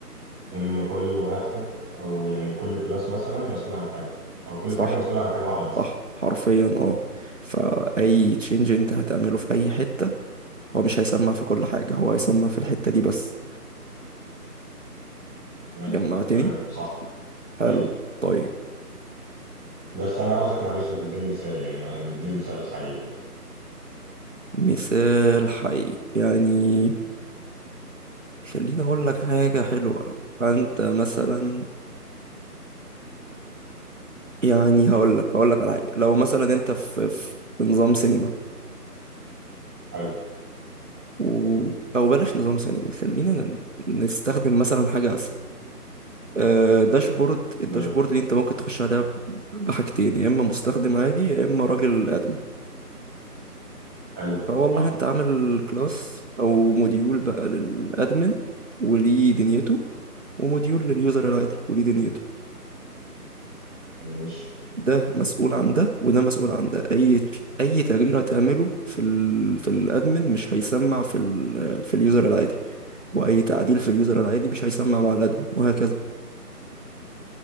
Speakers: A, in the centre; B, on the right.
A: ان كل واحد او يعني كل كلاس مثلا مسؤول عن حاجة او كل
B: صح
A: حاجة مسؤولة عن حاجة واحدة بس
B: صح حرفيا اه فأي تشينج انت هتعمله في أي حتة هو مش هيسمع في كل حاجة هو هيسمع في الحتة دي بس
A: تمام
B: جمعتني
A: تمام صح
B: حلو
A: ايوه
B: طيب
A: بس انا عاوزك معلش تديني مثال يعني ان اديني مثال حي كده
B: المثال حي يعني خليني أقول لك حاجة حلوة فأنت مثلا يعني هقول لك هقول لك على حاجة لو مثلا أنت في في في نظام سينما
A: حلو
B: و... أو بلاش نظام سينما خلينا نستخدم مثلا حاجة أسهل آه، داشبورد الداشبورد
A: زي
B: دي انت ممكن تخش عليها بحاجتين يا اما مستخدم عادي يا اما راجل ادمن
A: حلو
B: فوالله
A: صح
B: انت عامل كلاس او موديول بقى للادمن وليه دنيته وموديول لليوزر العادي وليه دنيته
A: ماشي
B: ده مسؤول عن ده وده مسؤول عن ده اي اي تغيير هتعمله في ال... في الادمن مش هيسمع في ال... في اليوزر العادي واي تعديل في اليوزر العادي مش هيسمع مع الادمن وهكذا